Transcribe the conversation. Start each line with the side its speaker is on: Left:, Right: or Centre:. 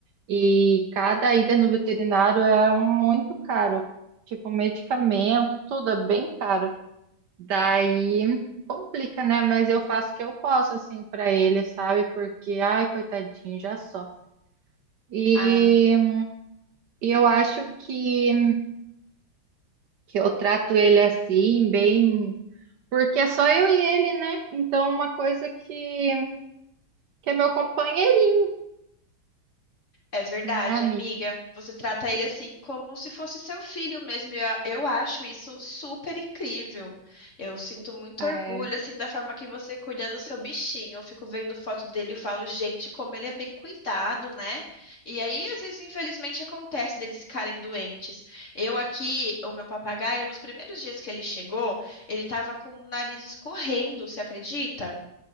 Right: E cada ida no veterinário é um- muito caro. Tipo, medicamento, tudo é bem caro. Daí complica, né? Mas eu faço o que eu posso, assim, pra ele, sabe? Porque, ai, coitadinho, já só. E,
Left: Ah,
Right: e eu acho que, que eu trato ele assim, bem. Porque é só eu e ele, né? Então, uma coisa que, que é meu companheirinho,
Left: É verdade,
Right: né, amiga?
Left: amiga. Você trata ele assim como se fosse seu filho mesmo. e Eu, eu acho isso super incrível. Eu sinto muito
Right: É.
Left: orgulho assim da forma que você cuida do seu bichinho. Eu fico vendo foto dele e falo, gente, como ele é bem cuidado, né? E aí, às vezes, infelizmente, acontece deles ficarem doentes. Eu aqui, o meu papagaio, nos primeiros dias que ele chegou, ele tava com o nariz escorrendo, você acredita?